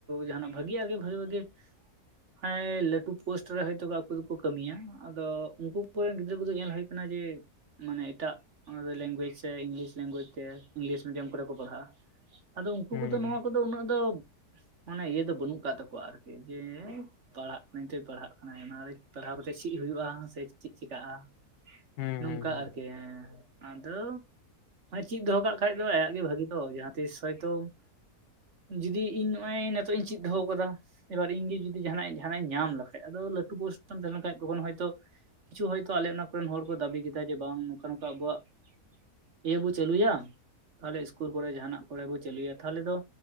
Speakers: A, on the right; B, on the left.
A: ᱡᱟᱦᱱᱟᱜ ᱵᱷᱟᱜᱮᱟᱜ ᱜᱮ ᱵᱷᱟᱜᱤ ᱵᱷᱟᱜᱤ ᱾ ᱦᱮᱸ ᱞᱟᱹᱴᱩ ᱯᱳᱥᱴ ᱨᱮ ᱦᱚᱭᱛᱳ ᱟᱠᱚ ᱫᱚᱠᱚ ᱠᱟᱹᱢᱤᱭᱟ ᱟᱫᱚ ᱩᱱᱠᱩ ᱠᱚᱨᱮᱱ ᱜᱤᱫᱽᱨᱟᱹ ᱠᱚᱫᱚ ᱧᱮᱞ ᱦᱩᱭᱩᱜ, ᱠᱟᱱᱟ ᱡᱮ᱾ ᱢᱟᱱᱮ ᱮᱴᱟᱜ ᱞᱮᱝᱜᱩᱭᱮᱡᱽ ᱥᱮ ᱤᱝᱞᱤᱥ ᱞᱮᱝᱜᱩᱭᱮᱡᱽ ᱛᱮ ᱤᱝᱞᱤᱥ ᱢᱤᱰᱤᱭᱟᱢ ᱠᱚᱨᱮ ᱠᱚ ᱯᱟᱲᱦᱟᱜᱼᱟ᱾ ᱟᱫᱚ ᱩᱱᱠᱩ
B: ᱦᱩᱸ
A: ᱠᱚᱫᱚ ᱱᱚᱣᱟ ᱠᱚᱫᱚ ᱩᱱᱟᱹᱜ ᱫᱚ ᱢᱟᱱᱮ ᱤᱭᱟᱹ ᱵᱟᱹᱱᱩᱜ ᱟᱠᱟᱜ ᱛᱟᱠᱚᱣᱟ ᱟᱨᱠᱤ ᱡᱮ᱾ ᱯᱟᱲᱦᱟᱜ ᱢᱮᱱᱛᱮ ᱯᱟᱲᱦᱟᱜ ᱠᱟᱱᱟᱭ ᱚᱱᱟ ᱨᱮ ᱯᱟᱲᱦᱟᱣ ᱠᱟᱛᱮᱫ ᱪᱮᱫ ᱦᱩᱭᱩᱜᱼᱟ ᱥᱮ ᱪᱮᱫ ᱪᱮᱠᱟᱜᱼᱟ᱾ ᱾
B: ᱦᱩᱸ
A: ᱱᱚᱝᱠᱟ
B: ᱦᱩᱸ
A: ᱟᱨᱠᱤ ᱦᱮᱸ ᱾ ᱟᱫᱚ ᱪᱮᱫ ᱫᱚᱦᱚ ᱠᱟᱜ ᱠᱷᱟᱡ ᱫᱚ ᱟᱭᱟᱜ ᱜᱮ ᱵᱷᱟᱜᱤ ᱛᱚ ᱡᱟᱦᱟᱸ ᱛᱤᱥ ᱦᱚᱭᱛᱚ ᱾ ᱡᱩᱫᱤ ᱤᱧ ᱱᱚᱜᱼᱚᱭ ᱱᱤᱛᱚᱜ ᱤᱧ ᱪᱮᱫ ᱫᱚᱦᱚ ᱟᱠᱟᱫᱟ ᱾ ᱮᱵᱟᱨ ᱤᱧ ᱜᱮ ᱡᱩᱫᱤ ᱡᱟᱦᱟᱱᱟᱜ ᱡᱟᱦᱟᱱᱟᱜ ᱤᱧ ᱧᱟᱢ ᱞᱮᱠᱷᱟᱡ ᱟᱫᱚ ᱞᱟᱹᱴᱩ ᱯᱚᱨᱤᱥᱴᱟᱢ ᱛᱟᱦᱮᱸ ᱞᱮᱱ ᱠᱷᱟᱱ ᱛᱠᱷᱚᱱ ᱦᱳᱭᱛᱳ, ᱠᱤᱪᱷᱩ ᱦᱚᱭᱛᱳ ᱟᱞᱮ ᱚᱱᱟ ᱠᱚᱨᱮᱱ ᱦᱚᱲ ᱠᱚ ᱫᱟᱹᱵᱤ ᱠᱮᱫᱟ ᱡᱮ ᱵᱟᱝ ᱱᱚᱝᱠᱟ ᱟᱵᱚᱣᱟᱜ, ᱤᱭᱟᱹ ᱵᱚ ᱪᱟᱹᱞᱩᱭᱟ ᱛᱟᱦᱞᱮ ᱤᱥᱠᱩᱞ ᱠᱚᱨᱮ ᱡᱟᱦᱟᱱᱟᱜ ᱠᱚᱨᱮ ᱵᱚ ᱪᱟᱹᱞᱩᱭᱟ ᱛᱟᱦᱞᱮ ᱫᱚ᱾